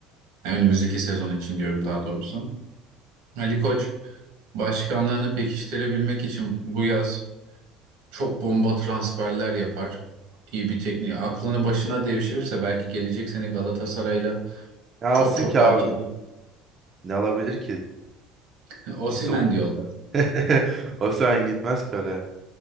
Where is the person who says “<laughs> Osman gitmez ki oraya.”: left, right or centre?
Right